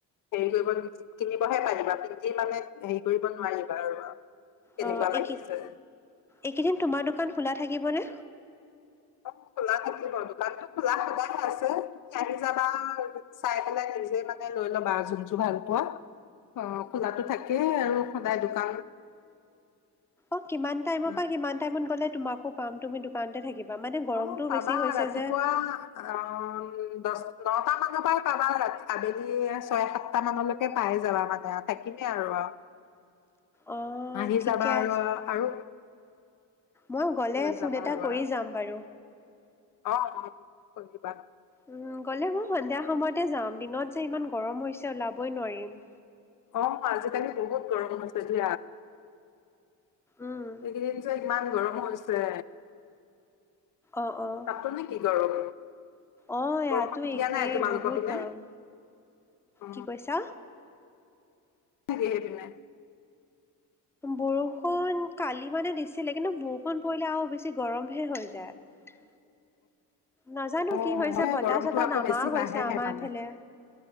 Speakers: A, on the left; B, in the centre.
A: হেৰি কৰিব কিনিবহে পাৰিবা। পিন্ধি মানে হেৰি কৰিব নোৱাৰিবা আৰু কেনেকুৱা
B: অ', এইকি
A: লাগিছে?
B: এইকেইদিন তোমাৰ দোকান খোলা থাকিবনে?
A: অ' খোলা থাকিব। দোকানটো খোলা সদায় আছে। তুমি আহি যাবা চাই পেলাই নিজে মানে লৈ ল'বা আৰু যোনযোৰ ভাল পোৱা। অ' খোলাটো থাকেই আৰু সদায়
B: অ'।
A: দোকান।
B: অ' কিমান টাইমৰ
A: উম।
B: পৰা কিমান টাইমত গ'লে তোমাকো পাম? তুমি দোকানতে থাকিবা। মানে গৰমটোও
A: অ' পাবা।
B: বেছি হৈছে
A: ৰাতিপুৱা
B: যে।
A: অ' দশ নটামানৰ পৰা পাবা। ৰা-আবেলি ছয়-সাতটা মানলৈকে পাই যাবা মানে, আৰু থাকিমেই আৰু।
B: অ',
A: আহি
B: ঠিকে
A: যাবা আৰু
B: আছে,
A: আৰু।
B: মই গ'লে
A: লৈ যাবা
B: ফোন এটা
A: আৰু
B: কৰি
A: আৰু।
B: যাম বাৰু।
A: অ' বুজিবা।
B: উম গ'লে মই সন্ধিয়া সময়তে যাম। দিনত ইমান গৰম হৈছে, ওলাবই নোৱাৰিম।
A: অ' আজিকালি বহুত গৰম হৈছে <unintelligible>
B: উম,
A: এইকেইদিন যে কিমান গৰম হৈছে?
B: অ' অ'।
A: তাতো নে কি গৰম
B: অ' ইয়াতো
A: বৰষুণ দিয়া
B: একে
A: নাই তোমালোকৰ
B: বহুত
A: পিনে
B: গৰম।
A: অ
B: কি কৈছা?
A: <unintelligible> সেইপিনে
B: বৰষুণ কালি মানে দিছিলে। কিন্তু বৰষুণ পৰিলে আৰু বেছি গৰমহে হৈ যায়। নাজানো
A: অ
B: কি হৈছে
A: মানে
B: বতাহ-চতাহ
A: গৰমটো আকৌ
B: নামা
A: বেছি
B: হৈছে
A: বাঢ়েহে
B: আমাৰ
A: মানে
B: এইফালে।